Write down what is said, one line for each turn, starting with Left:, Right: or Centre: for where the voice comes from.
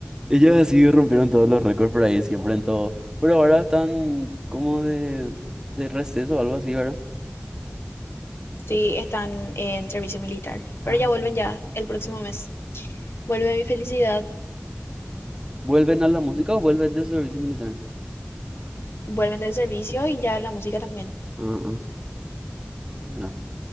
Right: Ellos así rompieron todos los récords por ahí, siempre en todo. Pero ahora están como de, de receso o algo así, ¿verdad?
Left: Sí, están en servicio militar,
Right: Ah,
Left: pero ya vuelven
Right: sí.
Left: ya el próximo mes. Vuelve mi felicidad,
Right: ¿Vuelven a la música o vuelven de servicio militar?
Left: vuelven del servicio y ya la música también.
Right: Ah, ah, ya,